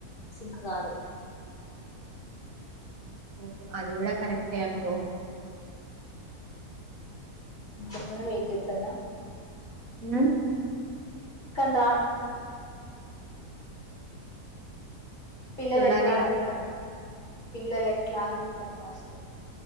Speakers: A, on the left (about 30°); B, on the right (about 60°).
A: సింక్ కాదు
B: అవును అది కూడా కరెక్టే అనుకో
A: తొందర వెయిట్ చేతన
B: ఉ
A: కానీ రాను పిల్లలు
B: చూడాలిగా
A: ఎట్లా అని చూత్తాన పిల్లలు ఎట్లా అని చూత్తాన ఫస్ట్